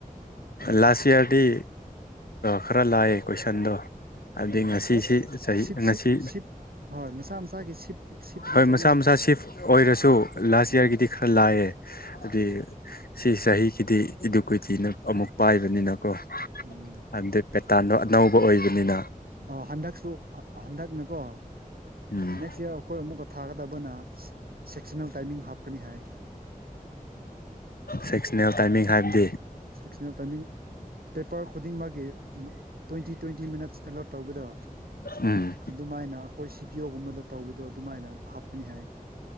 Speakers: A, on the left; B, on the right.
A: ꯂꯥꯁ ꯌꯔꯗꯤ ꯈꯔ ꯂꯥꯏ ꯀꯣꯏꯁꯟꯗꯣ ꯍꯥꯏꯕꯗꯤ
B: ꯑꯣ
A: ꯉꯁꯤꯁꯤ
B: ꯑꯩ
A: ꯆꯍꯤ
B: ꯁꯤꯞ
A: ꯉꯁꯤ
B: ꯁꯤꯞ ꯁꯤꯞ ꯍꯣꯏ ꯃꯁꯥ ꯃꯁꯥꯒꯤ ꯁꯤꯞ ꯁꯤꯞꯀꯤ
A: ꯍꯣꯏ
B: ꯆꯠꯂꯤꯗ
A: ꯃꯁꯥ ꯃꯁꯥ ꯁꯤꯐ ꯑꯣꯏꯔꯁꯨ ꯂꯥꯁ
B: ꯍꯣꯏ
A: ꯏꯌꯥꯔꯒꯤꯗꯤ ꯈꯔ ꯂꯥꯏꯌꯦ ꯍꯥꯏꯗꯤ ꯁꯤ ꯆꯍꯤꯒꯤꯗꯤ ꯏꯗꯨ ꯀꯨꯏꯇꯤꯅ ꯑꯃꯨꯛ ꯄꯥꯏꯕꯅꯤꯅꯀꯣ
B: ꯎꯝ
A: ꯑꯗꯨꯠ ꯄꯦꯇꯥꯟꯗꯣ ꯑꯅꯧꯕ ꯑꯣꯏꯕꯅꯤꯅ
B: ꯑ ꯍꯟꯗꯛꯁꯨ ꯍꯟꯗꯛꯅꯀꯣ
A: ꯎꯝ
B: ꯅꯦꯛꯁ ꯏꯌꯥꯔ ꯑꯈꯣꯏ ꯑꯃꯨꯛꯀ ꯊꯥꯒꯗꯕꯅ ꯁꯦꯛꯁꯟꯅꯜ ꯇꯥꯏꯃꯤꯡ ꯍꯥꯞꯀꯅꯤ ꯍꯥꯏ
A: ꯁꯦꯛꯁꯅꯦꯜ ꯇꯥꯏꯃꯤꯡ ꯍꯥꯏꯕꯗꯤ
B: ꯁꯦꯛꯁꯅꯦꯜ ꯇꯥꯏꯃꯤꯡ ꯄꯦꯄꯔ ꯈꯨꯗꯤꯡꯃꯛꯀꯤ ꯇꯣꯏꯟꯇꯤ ꯇꯣꯏꯟꯇꯤ ꯃꯤꯅꯠꯁ ꯑꯦꯂꯣꯠ ꯇꯧꯕꯗ
A: ꯎꯝ
B: ꯑꯗꯨꯃꯥꯏꯅ ꯑꯈꯣꯏ ꯁꯤ ꯄꯤ ꯌꯣꯒꯨꯝꯕꯗ ꯇꯧꯕꯗꯣ ꯑꯗꯨꯃꯥꯏꯅ ꯍꯥꯞꯀꯅꯤ ꯍꯥꯏ